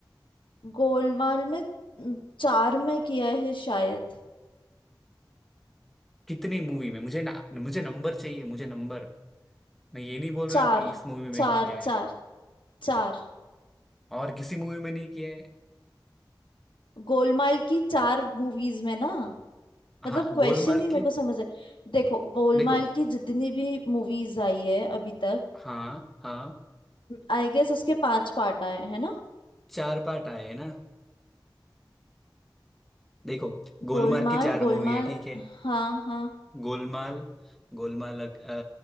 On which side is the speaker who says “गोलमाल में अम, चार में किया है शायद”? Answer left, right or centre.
Left